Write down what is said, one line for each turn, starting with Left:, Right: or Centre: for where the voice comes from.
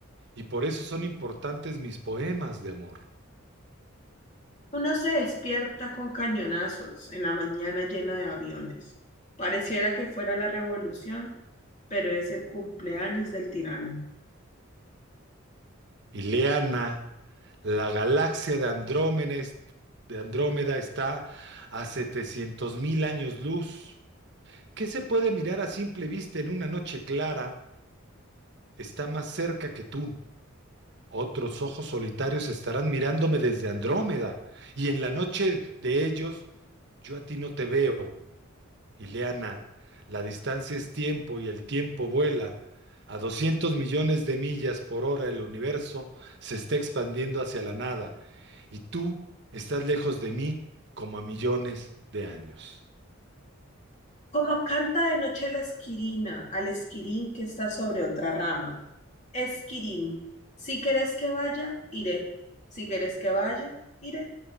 Right: y por eso son importantes mis poemas de amor.
Left: Uno se despierta con cañonazos en la mañana llena de aviones. Pareciera que fuera la revolución, pero es el cumpleaños del tirano.
Right: Ileana, la galaxia de Andrómeda, de Andrómeda está a setecientos mil años luz. ¿Qué se puede mirar a simple vista en una noche clara? Está más cerca que tú. Otros ojos solitarios estarán mirándome desde Andrómeda, y en la noche de ellos yo a ti no te veo, Ileana. La distancia es tiempo y el tiempo vuela. A doscientos millones de millas por hora el universo se está expandiendo hacia la nada, y tú estás lejos de mí como a millones de años.
Left: Como canta de noche la esquirina al esquirín que está sobre otra rama. Esquirín, si querés que vaya, iré. Si querés que vaya, iré.